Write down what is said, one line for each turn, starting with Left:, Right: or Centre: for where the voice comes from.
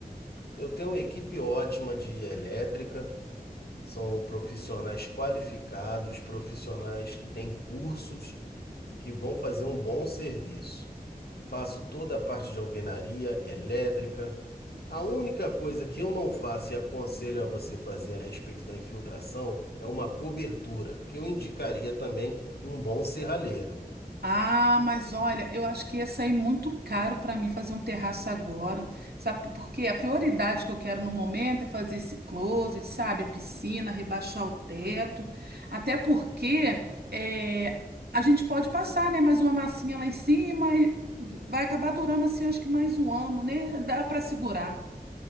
Left: Eu tenho uma equipe ótima de elétrica, são profissionais qualificados, profissionais que têm cursos que vão fazer um bom serviço. Faço toda a parte de alvenaria, elétrica. A única coisa que eu não faço e aconselho a você fazer a respeito da infiltração é uma cobertura, que eu indicaria também um bom serralheiro.
Right: Ah, mas olha, eu acho que ia sair muito caro para mim fazer um terraço agora, sabe? Porque a prioridade que eu quero no momento é fazer esse closet, sabe? A piscina, rebaixar o teto. Até porque é, a gente pode passar, né? Mais uma massinha lá em cima e vai acabar durando assim, eu acho que mais um ano, né? Dá para segurar.